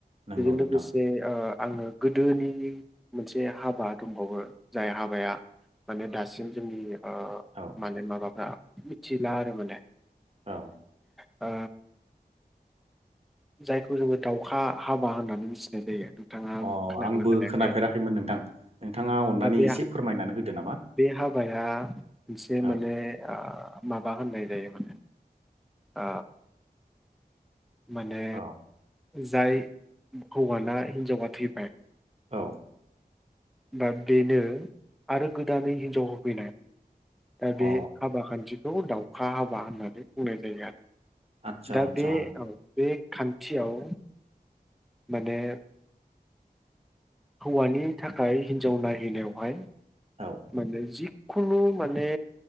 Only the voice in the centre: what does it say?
बेदिनो
लोगोसे ओ आङो गोदोनि मोनसे हाबा दंबावो जाय हाबाया माने दासिम जोंनि ओ
माने माबाफ्रा मिथिला आरो माने
ओ जायखौ जोङो दावउखा हाबा होननानै मिथिनाय जायो नोंथाङा
खोनादोंना
खोनायाखै
दा बे
बे हाबाया मोनसे
माने माबा होननाय जायो माने ओ माने
जाय हौवाना हिनजावा थैबाय
दा बेनो आरो गोदानै हिनजाव होफैनाय दा
बे हाबा खान्थिखौ दावखा हाबा होननानै बुंनाय जायो आरो
दा
बे औ बे खान्थियाव माने हौवानि थाखाय हिन्जाव नायहैनायावहाय
माने जिखुनु माने